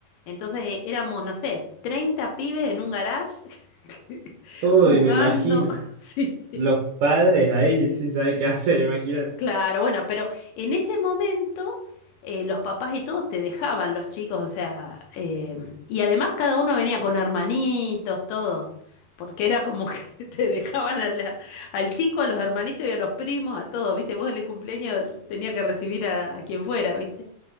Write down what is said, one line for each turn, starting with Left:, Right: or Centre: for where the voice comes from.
Left: entonces eh, éramos, no sé, 30 pibes en un garage <laughs>
Right: Uy,
Left: jugando,
Right: me imagino.
Left: <laughs> sí.
Right: Los padres ahí sin saber qué hacer, imagínate.
Left: Claro, bueno, pero en ese momento eh, los papás y todos te dejaban los chicos, o sea, eh, y además cada uno venía con hermanitos, todo, porque era como que <laughs> te dejaban a la- al chico, a los hermanitos y a los primos, a todos, ¿viste? Vos en el cumpleaños tenía que recibir a, a quien fuera, ¿viste?